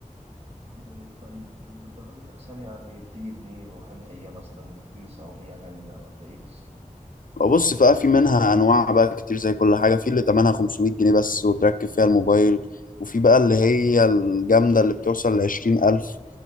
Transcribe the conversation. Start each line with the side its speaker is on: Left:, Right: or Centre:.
Right: جامد طيب المقدارات دي أصلا يعني بتيجي منين وهل هي مثلا رخيصة أو هي غالية ولا إيه بالظبط؟
Left: بص بقى في منها انواع بقى كتير زي كل حاجة في اللي تمنها 500 جنيه بس وتركب فيها الموبايل وفي بقى اللي هي الجامدة اللي بتوصل لعشرين ألف